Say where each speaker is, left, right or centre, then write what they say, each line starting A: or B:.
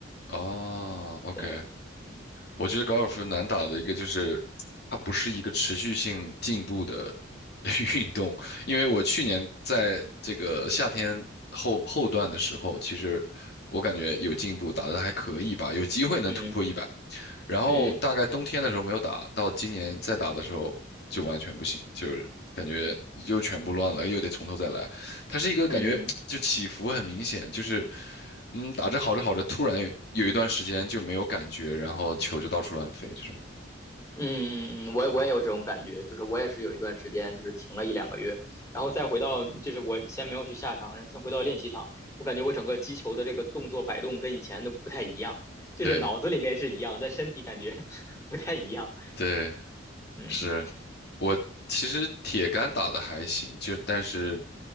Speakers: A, on the left (about 55°); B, on the left (about 15°).
A: 哦 o
B: 对，
A: k
B: 嗯
A: 我觉得高尔夫难打的一个就是，它不是一个持续性进步的 <laughs> 运动。因为我去年在这个夏天后后段的时候，其实我感觉有进步，打得还可以吧，有机会能突破一百。
B: 嗯
A: 然后大概冬天的时候没有打，
B: 嗯
A: 到今年再打的时候就完全不行，就是感觉又全部乱了，又得从头再来。它是一个感觉就起伏很明显，
B: 嗯。嗯
A: 就是嗯打着好着好着，突然有有一段时间就没有感觉，然后球就到处乱飞这种。
B: 嗯嗯嗯，我也我也有这种感觉，就是我也是有一段时间就是停了一两个月，然后再回到就是我先没有去下场，然后先回到练习场，我感觉我整个击球的这个动作摆动跟以前都不太一样，就是脑子里面是一样，
A: 对
B: 但身体感觉 <laughs> 不太一样。
A: 对，
B: 嗯
A: 是我其实铁杆打的还行，就但是